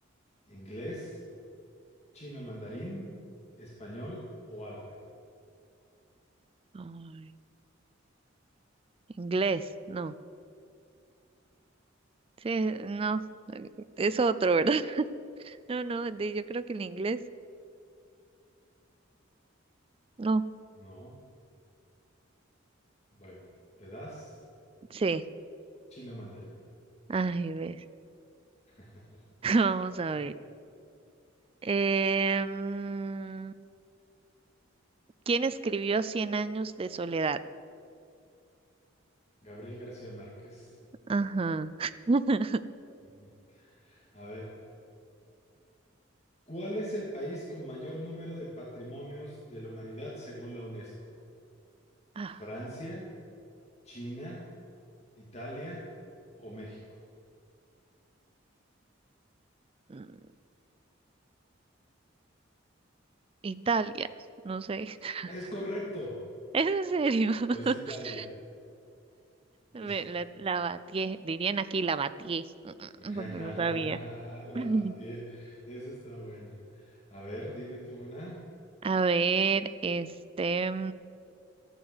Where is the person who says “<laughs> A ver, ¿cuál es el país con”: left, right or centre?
Left